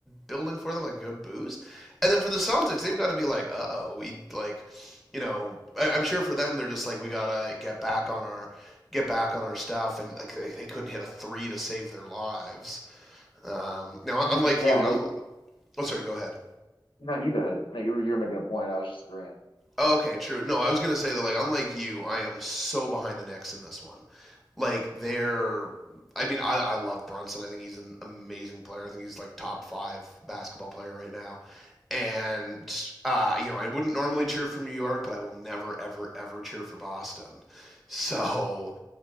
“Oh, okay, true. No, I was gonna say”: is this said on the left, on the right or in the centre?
Centre